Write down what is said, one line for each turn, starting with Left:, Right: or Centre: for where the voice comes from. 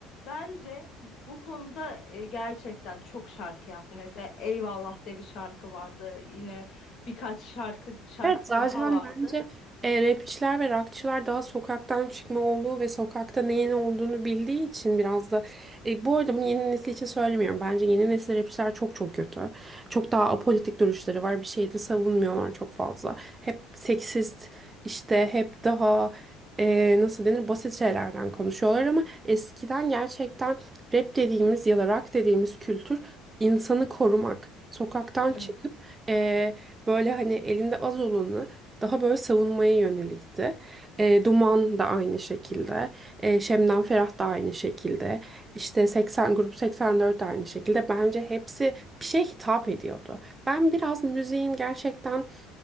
Left: bence bu konuda e, gerçekten çok şarkı yaptı. Mesela Eyvallah diye bir şarkı vardı. Yine birkaç şarkı şarkısı
Right: Evet zaten
Left: daha vardı.
Right: bence e, rapçiler ve rockçılar daha sokaktan çıkma olduğu ve sokakta neyin olduğunu bildiği için biraz da e, bu arada bunu yeni nesil için söylemiyorum. Bence yeni nesil rapçiler çok çok kötü. Çok daha apolitik duruşları var. Bir şeyi de savunmuyorlar çok fazla. Hep seksist işte hep daha e, nasıl denir basit şeylerden konuşuyorlar ama eskiden gerçekten rap dediğimiz ya da rock dediğimiz kültür insanı korumak. Sokaktan
Left: Evet.
Right: çıkıp e, Böyle hani elinde az olanı daha böyle savunmaya yönelikti. E, Duman da aynı şekilde. E, Şebnem Ferah da aynı şekilde. İşte 80 grup 84 de aynı şekilde. Bence hepsi bir şeye hitap ediyordu. Ben biraz müziğin gerçekten